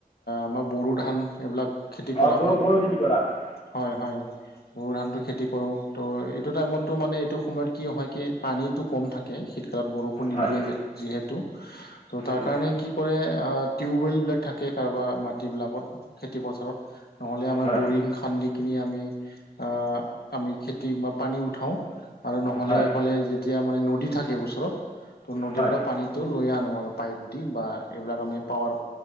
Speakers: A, on the left (about 85°); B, on the left (about 50°).
A: আমাৰ বড়ো ধান এইবিলাক খেতি কৰা
B: অঁ বড়ো
A: হয়,
B: বড়ো খেতি কৰা হয়
A: হয়, হয়। গো ধানটো খেতি কৰোঁ ত' এইটো টাইমততো মানে এইটো সময়ত কি হয় কি পানী টো কম থাকে শীতকালত বৰষুণ নিদিয়ে
B: হয়
A: যে যিহেতু ত' তাৰ
B: উম,
A: কাৰণে কি কৰে টিউবৱেলবিলাক থাকে কাৰোবাৰ মাটিবিলাকত খেতিপথাৰত নহ'লে আমাৰ
B: হয়
A: বৰিং খান্দি কিনি আমি অঁ আমি খেতি মই পানী উঠাওঁ। আৰু নহ'লে
B: হয়
A: এইফালে যেতিয়া মানে নদী থাকে ওচৰত। টো নদীৰ
B: হয়
A: পৰা পানীটো লৈ আনো আৰু পাইপ দি বা এইবিলাক আমি পাৱাৰ